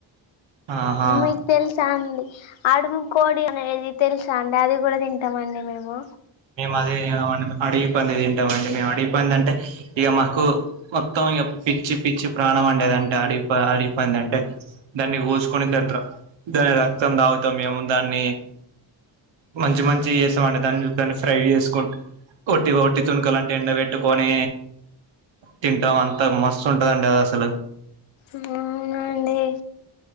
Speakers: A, on the right; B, on the left.
A: ఆహా
B: మీకు తెలుసా అండి అడువి కోడి అనేది తెలుసా అండి అది కూడా తింటామండి మేము
A: మేము అదే అడిగి పంది తింటామండి మేము అడిగి పంది అంటే ఇక మాకు మొత్తం ఇ పిచ్చి పిచ్చి ప్రాణం అండేది అంటే అడిగి అడిగిపోయింది అంటే దాన్ని కోసుకొని దాని దాని రక్తం దాగుతాం మేము దాన్ని మంచి మంచి చేస్తామ అండి దాన్ని దాన్ని ఫ్రై చేసుకుంట ఒట్టిగా ఒట్టి తునుకలు అంటే ఎండ పెెట్టుకొని తింటాం అంతా మస్తు ఉంటుందండి అది అసలు
B: అవునండి